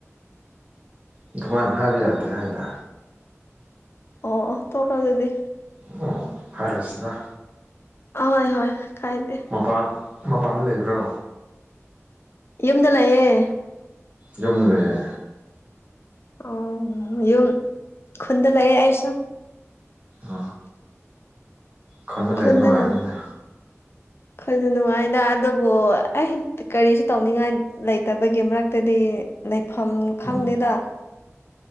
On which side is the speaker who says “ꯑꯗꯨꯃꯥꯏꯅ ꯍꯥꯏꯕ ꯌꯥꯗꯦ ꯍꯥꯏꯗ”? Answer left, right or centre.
Right